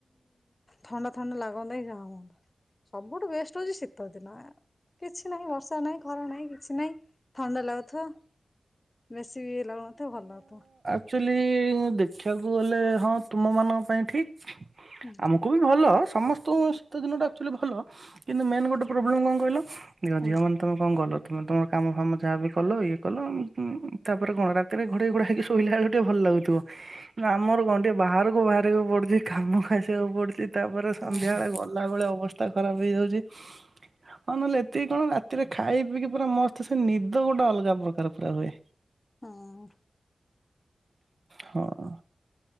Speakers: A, on the left; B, on the right.
A: ଥଣ୍ଡା ଥଣ୍ଡା ଲାଗନ୍ତା କି ଯାହାହୁଅନ୍ତା ସବୁଠୁ ବେଷ୍ଟ ହଉଛି ଶୀତ ଦିନ ଏ କିଛି ନାହିଁ ବର୍ଷା ନାହିଁ ଖରା ନାହିଁ କିଛି ନାହିଁ ଥଣ୍ଡା ଲାଗୁ ଥୁ ବେଶୀ ବି ଇଏ ଲାଗୁନଥିବ ଭଲ ଲାଗୁଥିବ।
B: ୱାକଚୁଆଲି ଦେଖିବାକୁ ଗଲେ, ହଁ ତୁମମାନଙ୍କ ପାଇଁ ଠିକ
A: ହୁଁ
B: ଆମ ଖୁବି ଭଲ ସମସ୍ତଙ୍କୁ ଶୀତ ଦିନଟା ଆକ୍ଚୁଆଲି ଭଲ କିନ୍ତୁ ମେନ୍ ଗୋଟେ ପ୍ରୋବ୍ଲେମ୍ କଣ କହିଲ ଝିଅ,
A: ହୁଁ
B: ଝିଅମାନେ ତମେ କଣ କଲ, ତମେ ତମର କାମ ଫାମ ଯାହାବି କଲ ଇଏ କଲ ତାପରେ କଣ ରାତିରେ ଘୋଡ଼େଇ ଘୋଡ଼ା ହେଇକି ଶୋଇଲା ବେଳକୁ ଟିକେ ଭଲ ଲାଗୁଥିବ। ଆମର କଣ ଟିକେ ବାହାରକୁ ବାହାରିବାକୁ ପଡୁଛି କାମ କୁ ଆସିବାକୁ ପଡୁଛି। ତାପରେ
A: ହଁ
B: ସନ୍ଧ୍ୟାବେଳେ ଗଲାବେଳେ ଅବସ ଅବସ୍ଥା ଖରାପ ହେଇଯାଉଛି ଆଉ ନହେଲେ ଏତିକି କଣ ରାତିରେ ଖାଇ ପିଇକି ପୁରା ମସ୍ତ ସେ ନି ଦ ଗୋଟେ ଅଲଗା ପ୍ରକାର ପୁରା ହୁଏ।
A: ହୁଁ।
B: ହଁ।